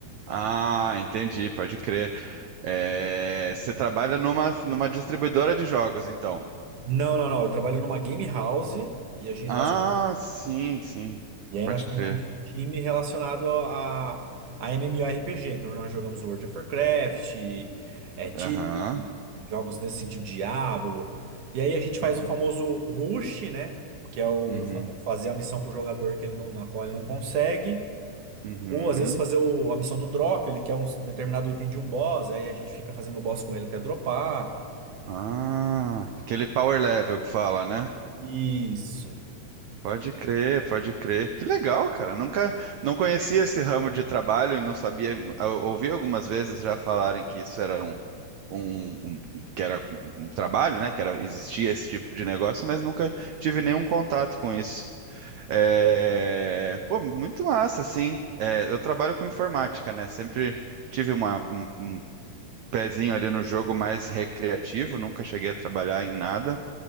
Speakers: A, on the right (about 75°); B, on the right (about 60°).
A: Ah, entendi, pode crer. É, você trabalha numa, numa distribuidora de jogos, então.
B: Não, não, não. Eu trabalho numa game house e a gente,
A: Ah,
B: nós
A: sim, sim.
B: E aí
A: Pode
B: nós formamos
A: crer.
B: um time relacionado a, a MMORPG. Então nós jogamos World of Warcraft, é, Titan,
A: Aham.
B: jogos nesse sentido, Diablo. E aí a gente faz
A: Uhum.
B: o famoso rush, né? Que é o
A: Uhum.
B: fa- fazer a missão pro jogador que ele não, na qual ele não consegue.
A: Uhum.
B: Ou às vezes fazer o- a missão do drop, ele quer um determinado item de um boss, aí a gente fica fazendo o boss com ele até dropar.
A: Ah, aquele power level que fala, né?
B: Isso.
A: Pode crer, pode crer. Que legal, cara. Nunca, não conhecia esse ramo de trabalho e não sabia. eu Ouvi algumas vezes já falarem que isso era um, um, um- que era um trabalho, né? Que era, existia esse tipo de negócio, mas nunca tive nenhum contato com isso. É, pô, muito massa, sim. É, eu trabalho com informática, né? Sempre tive uma- um, um pezinho ali no jogo mais recreativo, nunca cheguei a trabalhar em nada,